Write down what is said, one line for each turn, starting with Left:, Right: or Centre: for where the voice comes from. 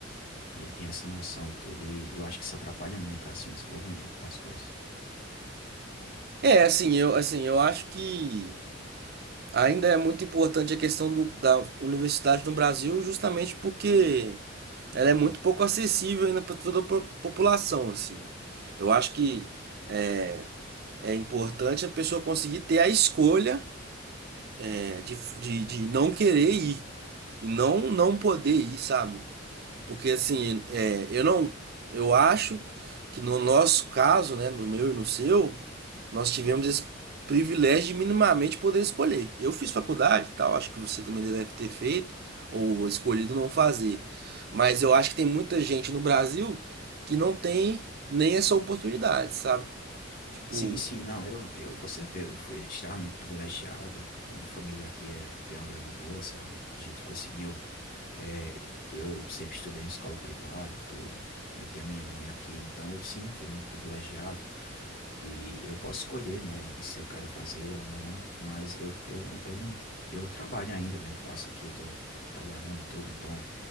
Left: E aí tem essa noção e tudo, e eu acho que isso atrapalha muito, assim, o desenvolvimento das coisas.
Right: É, assim, eu, assim, eu acho que ainda é muito importante a questão do, da universidade no Brasil, justamente porque ela é muito pouco acessível ainda para toda a po- população, assim. Eu acho que é, é importante a pessoa conseguir ter a escolha É de, de, de não querer ir e não não poder ir, sabe? Porque assim, é, eu não, eu acho que no nosso caso, né, no meu e no seu, nós tivemos esse privilégio de minimamente poder escolher. Eu fiz faculdade, e tal, acho que você também deve ter feito ou escolhido não fazer. Mas eu acho que tem muita gente no Brasil que não tem nem essa oportunidade, sabe? Tipo,
Left: Sim, sim, não, eu, eu com certeza fui extremamente privilegiado. Minha família aqui é, tem uma grana boa, sabe? A gente conseguiu. é, eu sempre estudei em escola privada e tudo. Ainda tenho minha mãe aqui, então eu sim fui muito privilegiado. E eu posso escolher, né, em se eu quero fazer ou não, mas eu, eu, não- eu não. Eu trabalho ainda, né? Eu faço aqui, tô trabalhando e tudo, então